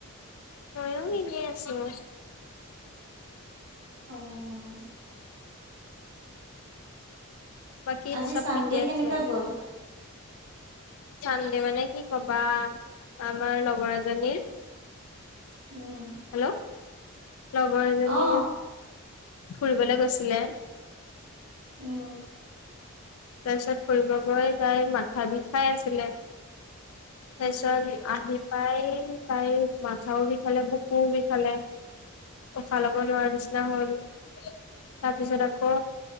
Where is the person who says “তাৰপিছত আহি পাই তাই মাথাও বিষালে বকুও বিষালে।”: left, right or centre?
Left